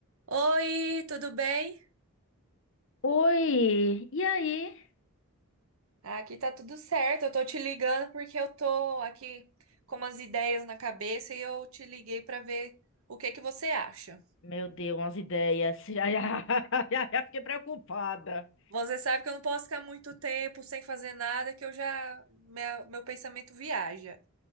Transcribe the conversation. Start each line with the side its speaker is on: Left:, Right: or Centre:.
Right: Oi, tudo bem?
Left: Oi, e aí?
Right: Aqui tá tudo certo. Eu tô te ligando porque eu tô aqui com umas ideias na cabeça e eu te liguei pra ver o que que você acha.
Left: Meu Deus, umas ideias. <laughs> Ai, ai, ai, ai, fiquei preocupada.
Right: Você sabe que eu não posso ficar muito tempo sem fazer nada, que eu já meu, meu pensamento viaja.